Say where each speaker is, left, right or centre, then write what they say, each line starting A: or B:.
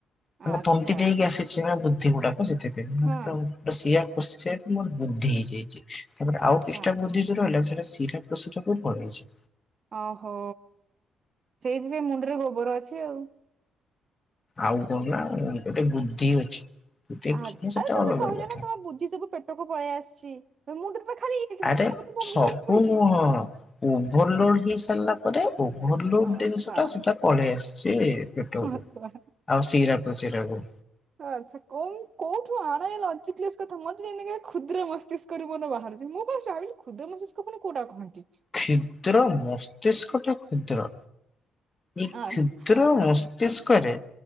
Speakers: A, on the left (about 30°); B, on the right (about 50°).
A: ମାନେ
B: ଆଚ୍ଛା
A: ତଣ୍ଟି
B: ଆଚ୍ଛା
A: ଦେଇକି ଆସିଛିନା ବୁଦ୍ଧି ଗୁଡାକ ସେଥିପାଇଁ
B: ହଁ
A: ପୁରା ସିଆ ପଶିଆ ମୋର ବୃଦ୍ଧି ହେଇଯାଇଛି ତାପରେ ଆଉ
B: ଆଚ୍ଛା
A: କିଛିଟା ବୁଦ୍ଧି ଯୋ ରହିଲା ସେଟା ଶିରା ପ୍ରଶୀରାକୁ ପଳେଇଛି।
B: ଓହୋ ସେଇଥିପାଇ ମୁଣ୍ଡରେ ଗୋବର ଅଛି ଆଉ।
A: ଆଉ କଣ ନା ଗୋଟେ ବୁଦ୍ଧି ଅଛି। ଦେଖିନି
B: ଆଜ୍‌
A: ସେଟା
B: ଆରେ ତମେ
A: ଅଲଗା
B: କହିଲ
A: କଥା।
B: ନା ତମ ବୁଦ୍ଧି ସବୁ ପେଟକୁ ପଳେଇ ଆସିଛି ମୁଁଣ୍ଡରେ ତ ଖାଲି ହେଇଯାଇଥିବ
A: ଆରେ
B: ନା ମୁଣ୍ଡ ତ ଭୋଗ
A: ସବୁ
B: ଗୋବର ପଇଛି
A: ନୁହଁ ଓଭର ଲୋଡ ହେଇ ସାରିଲା ପରେ ଓଭରଲୋଡ
B: ଆଚ୍ଛା
A: ଜିନିଷ ଟା ସେଟା ପଳେଇ ଆସିଛି ପେଟକୁ
B: ଆଚ୍ଛା
A: ଆଉ ସିରା ପ୍ରଶୀରାକୁ।
B: ଆଚ୍ଛା କୋଉ କୋଉଠୁ ଆଣେଏ ଲଜୀକ ଲିସ ତ ଏଥିରେ ଏଇନକେ କ୍ଷୁଦ୍ର ମସ୍ତିଷ୍କ ରୁ ବୋଧେ ବାହାରୁଛି ମୁଁ ପା ଭାବିଲି କ୍ଷୁଦ୍ର ମସ୍ତିଷ୍କ ପୁଣି କୋଉଟାକୁ କହନ୍ତି?
A: କ୍ଷୁଦ୍ର ମସ୍ତିଷ୍କ ଟା କ୍ଷୁଦ୍ର ଏଇ
B: ଆଚ୍ଛା
A: କ୍ଷୁଦ୍ର ମସ ମସ୍ତିଷ୍କରେ